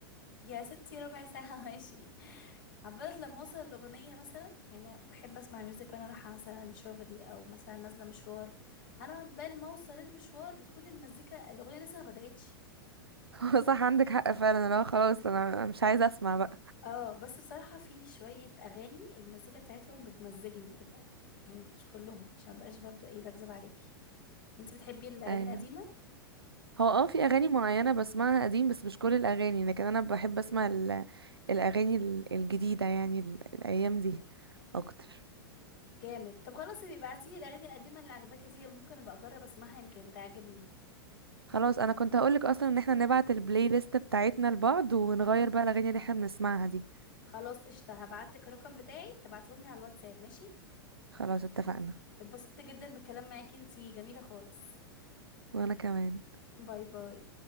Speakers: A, on the left; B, on the right.
A: يا ستي ربع ساعة <laughs> ماشي عبالة لما اوصل الاغنية مثلا يعني أنا بحب اسمع ميوزك وانا رايحة مثلا شغلي او مثلا نازلة مشوار انا عبال ما اوصل المشوار بتكون المزيكا الاغنية لسه ما بدأتش
B: <laughs> هو صح عندك حق فعلا لا خلاص انا مش عايزه اسمع بقى
A: اه بس بصراحة في شوية أغاني المزيكا بتاعتهم بتمزجني كده يعني مش كلهم عشان مبقاش برضو ايه بكذب عليكي انت بتحبي الأغاني
B: ايوه
A: القديمة؟
B: هو اه في اغاني معينه بسمعها قديم بس مش كل الاغاني لكن انا بحب اسمع ال- الاغاني ال- الجديده يعني ال- الايام دي اكتر
A: جامد طب خلاص يبقى ابعتي الأغاني القديمة اللي عجباكي دي ممكن ابقى اجرب اسمعها يمكن تعجبني
B: خلاص انا كنت هقولك اصلا ان احنا نبعت البلاي ليست بتاعتنا لبعض ونغير بقى الاغاني اللي احنا بنسمعها دي
A: خلاص قشطة هبعتلك الرقم بتاعي تبعتهم لي على الواتساب ماشي
B: خلاص اتفقنا
A: اتبسطت جدا بالكلام معاكي انتي جميلة خالص
B: وانا كمان
A: باي باي